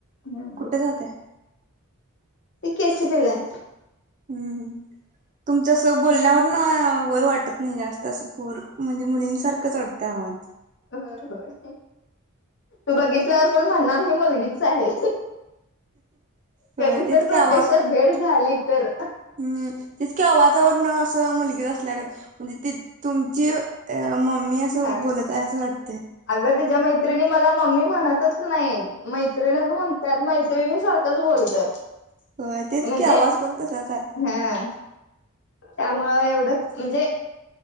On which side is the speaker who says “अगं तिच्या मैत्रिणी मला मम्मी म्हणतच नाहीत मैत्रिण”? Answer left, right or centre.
Left